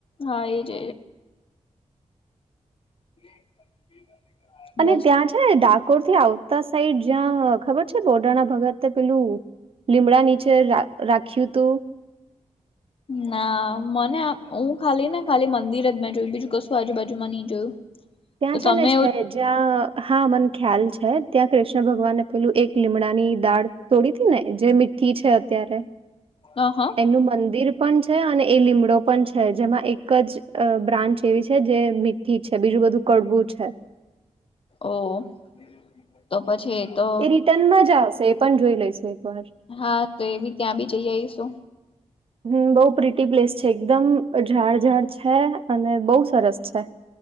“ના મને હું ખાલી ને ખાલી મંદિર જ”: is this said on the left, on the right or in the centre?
Left